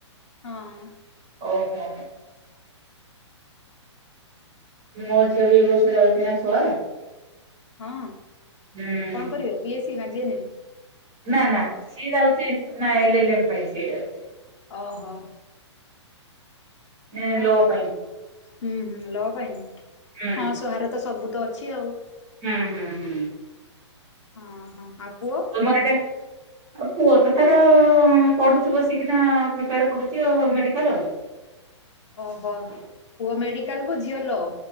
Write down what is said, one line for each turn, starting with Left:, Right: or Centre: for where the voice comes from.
Left: ହଁ।
Right: ଓହୋ। ମୋ ଝିଅ ବି ଏଇ ବର୍ଷ ଯାଉଚି ନା ସୋଆ।
Left: ହଁ
Right: ହୁଁ।
Left: କଣ କରିବେ‌ ‌ବି ଏ ସି ନା ଜି ଏନେ ମ୍?
Right: ନା ନା ସିଏ ଯାଉଛି ନା ଏଲଏଲଏମ୍ ପାଇଁ ସିଏ ଯାଉଛି।
Left: ଓହୋ।
Right: ନାଁ
Left: ହେଲା
Right: ଲୋ ପାଇଁ।
Left: ହୁଁ ହୁଁ ଲ ପାଇଁ
Right: ହୁଁ
Left: ହଁ ସୋଆ ରେ ତ ସବୁ ତ ଅଛି ଆଉ।
Right: ହୁଁ ହୁଁ ହୁଁ।
Left: ହଁ ହଁ ଆଉ ପୁଅ।
Right: <inaudible> ଆଉ ପୁଅ ତ ତାର ପଢୁଛି ବସିକିନା ପ୍ରିପେୟାର କରୁଛି ଆଉ ମେଡିକାଲ ଆଉ।
Left: ଓହୋ ପୁଅ ମେଡିକାଲ କୁ ଝିଅ ଲ।